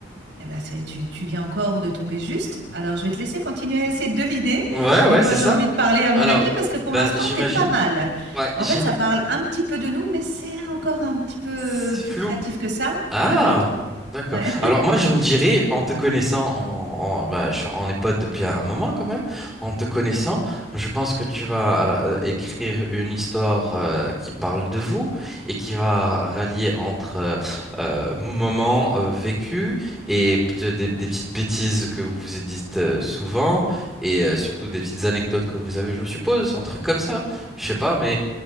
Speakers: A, on the right (about 75°); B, in the centre.
A: Eh ben, c'est, tu, tu viens encore de tomber juste. Alors, je vais te laisser continuer à essayer de deviner
B: Ouais,
A: de
B: ouais,
A: quoi
B: c'est ça.
A: j'ai envie de parler à
B: Alors,
A: mon ami parce que pour
B: ben
A: l'instant,
B: j'imagine.
A: t'es pas mal.
B: Ouais,
A: En
B: j'im...
A: fait, ça parle un petit peu de nous, mais c'est encore un petit peu
B: c'est
A: plus
B: flou.
A: créatif que ça,
B: Ah,
A: d'après toi.
B: d'accord.
A: Ouais.
B: Alors moi, je me dirais, en te connaissant, en, en- bah, je- on est potes depuis un moment quand même, en te connaissant, je pense que tu vas euh, écrire une histoire euh, qui parle de vous et qui va rallier entre euh, euh, moments euh, vécus et peut-être des, des petites bêtises que vous vous dites euh, souvent et euh, surtout des petites anecdotes que vous avez, je suppose, un truc comme ça. Je sais pas, mais